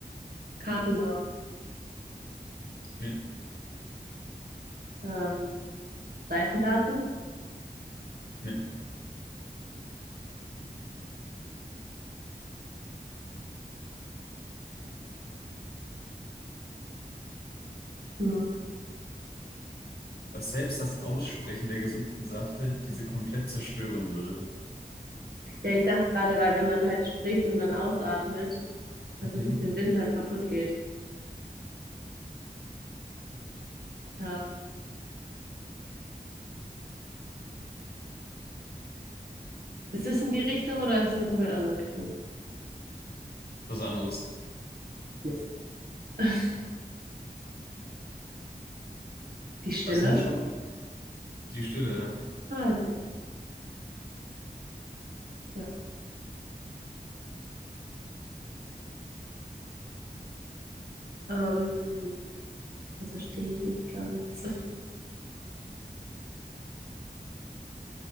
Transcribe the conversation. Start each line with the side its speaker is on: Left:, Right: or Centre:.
Right: Kartenhaus,
Left: Nee,
Right: ähm, Seifenblase.
Left: nee.
Right: Hm.
Left: Dass selbst das Aussprechen der gesuchten Sache diese komplett zerstören würde.
Right: Ja, ich dachte gerade, weil wenn man halt spricht und dann ausatmet, dass
Left: Mhm.
Right: es durch den Wind halt kaputt geht. Ähm, ist es in die Richtung oder ist es eine komplett andere Richtung?
Left: Was anderes.
Right: Mist. <laughs> Die Stille.
Left: Also es hat schon die Stille, ja.
Right: Ah, witzig. Ja. Ähm, das verstehe ich nicht ganz.